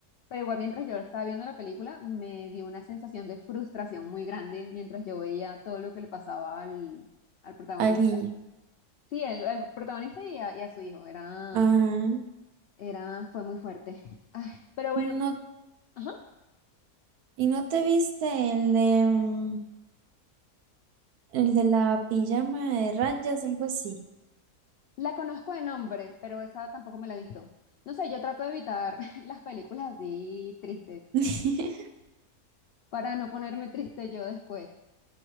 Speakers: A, on the left; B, on the right.
A: pero igual mientras yo estaba viendo la película me dio una sensación de frustración muy grande mientras yo veía todo lo que le pasaba al, al protagonista.
B: Al niño.
A: Sí, el, el protagonista y a, y a su hijo, era,
B: Ajá.
A: era, fue muy fuerte. Ah, pero bueno,
B: No,
A: ajá.
B: ¿y no te viste el de, mm, el de la pijama de rayas, algo así?
A: La conozco de nombre, pero esa tampoco me la he visto. No sé, yo trato de evitar <laughs> las películas así tristes
B: <laughs>
A: para no ponerme triste yo después.